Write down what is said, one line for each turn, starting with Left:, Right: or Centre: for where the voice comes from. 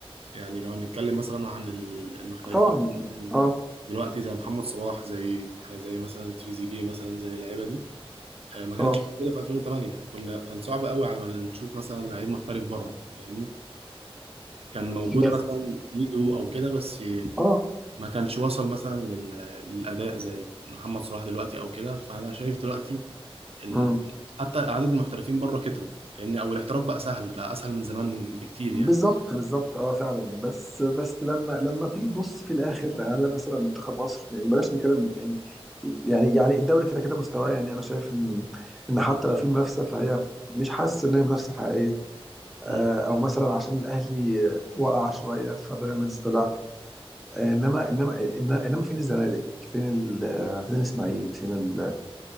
Right: يعني لو هنتكلم مثلا عن ال- المحترفين
Centre: طبعا
Right: مثلاً
Centre: اه
Right: دلوقتي زي محمد صلاح زي زي مثلا تريزيجيه مثلا زي اللعيبه دي آه، ما كانتش
Centre: اه
Right: موجوده في 2008 كنا كان صعب قوي على ما نشوف مثلا لعيب محترف بره فاهمني كان موجود
Centre: بس
Right: مثلا ميدو او كده بس
Centre: اه
Right: ما كانش وصل مثلا لل- للاداء زي محمد صلاح دلوقتي او كده فانا شايف دلوقتي ال...
Centre: مم.
Right: حتى عدد المحترفين بره كتروا فاهمني او الاحتراف بقى سهل بقى اسهل من زمان بكتير
Centre: بالظبط
Right: يعني
Centre: بالظبط اه فعلا بس بس لما لما بتيجي تبص في الاخر على مثلا منتخب مصر يعني بلاش نتكلم يعني يعني يعني الدوري كده كده مستواه يعني انا شايف ان ان حتى لو في منافسه فهي مش حاسس ان هي منافسه حقيقيه آه،
Right: مم.
Centre: او مثلا عشان الاهلي آه، وقع شويه فبيراميدز طلع آه، انما انما إن- انما فين الزمالك فين ال آه، فين الاسماعيلي فين ال